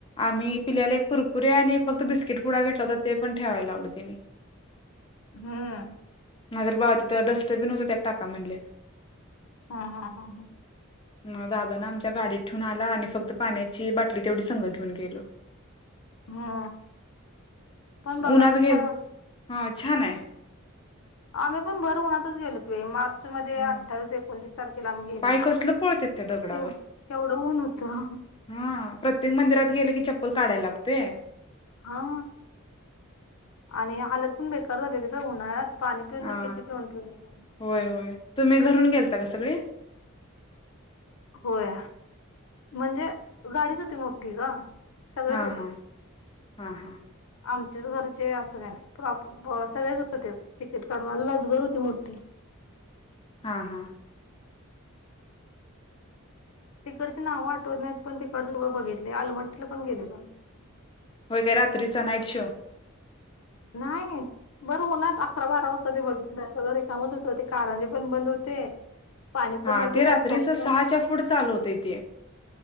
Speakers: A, on the left; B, on the left.
A: आम्ही पिल्याला एक कुरकुरे आणि फक्त बिस्किट पुडा घेतला होता, ते पण ठेवायला लावले त्यांनी.
B: हं.
A: नाही तर बाबा तिथं डस्टबिन होत. त्यात टाका म्हणलेत.
B: हां हां हां हां.
A: म दादा ना आमच्या गाडीत ठेवून आला आणि फक्त पाण्याची बाटली तेवढी संघ घेऊन गेलो.
B: हा, पण बघायला
A: उन्हात गेल
B: छान वाटतेय.
A: हा छान हाय.
B: आम्ही पण भर उन्हातच गेलवतो बाई. माझं मध्ये
A: ह
B: अठ्ठावीस, एकोणतीस तारखेला आम्ही गेलेलो.
A: पाय कसलं पळतेत त्या दगडावर
B: केव केवढं ऊन होतं
A: हा प्रत्येक मंदिरात गेलं की चप्पल काढाला लागतंय.
B: हा. आणि हालत पण बेकार झालेली ग उन्हाळ्यात. पाणी पिऊन
A: हा
B: तर किती पिऊन पिऊन येईल.
A: होय, होय. तुम्ही घरून गेल त का सगळी?
B: होय म्हणजे गाडीच होती मोठी गं सगळेच
A: हा
B: होते.
A: हा हा हा, हा.
B: आमचेच घरचे असं काय नाही प्रॉप सगळेच होते तिकीट काढून लगजरी होती मोठी
A: हा, हा.
B: तिकडच नाव आठवत नाहीत पण तिकड सगळं बघितलं आलमट्टीला पण गेलेलो आम्ही.
A: व्हय काय रात्रीचा नाईट शो
B: नाही. भर उन्हात अकरा, बारा वाजता ते बघितलं सगळं कामच होत ते कारांजे पण बंद होते पाणी पण
A: हा
B: नव्हतं,
A: ते रात्रीच
B: त्यात काहीच नव्हतं.
A: सहाच्या पुढं चालू होतंय ते